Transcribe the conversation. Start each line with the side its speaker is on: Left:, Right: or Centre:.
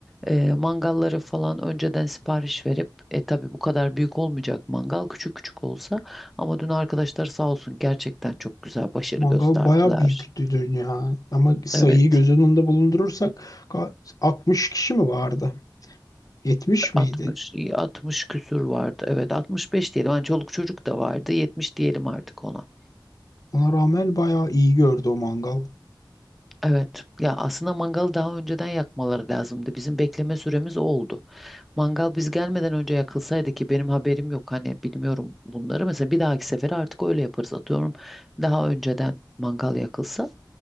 Centre: e, mangalları falan önceden sipariş verip e tabii bu kadar büyük olmayacak mangal küçük küçük olsa ama dün arkadaşlar sağ olsun gerçekten çok güzel başarı
Left: Mangal
Centre: gösterdiler.
Left: bayağı büyüktü dün ya. Ama sayıyı
Centre: Evet
Left: göz önünde bulundurursak ka- 60 kişi mi vardı? 70 miydi?
Centre: 60 60 küsür vardı. Evet 65 diyelim. Hani çoluk çocuk da vardı. 70 diyelim artık ona.
Left: Ona rağmen bayağı iyi gördü o mangal.
Centre: Evet. Ya aslında mangalı daha önceden yakmaları lazımdı. Bizim bekleme süremiz o oldu. Mangal biz gelmeden önce yakılsaydı ki benim haberim yok. Hani bilmiyorum bunları. Mesela bir dahaki sefere artık öyle yaparız. Atıyorum daha önceden mangal yakılsa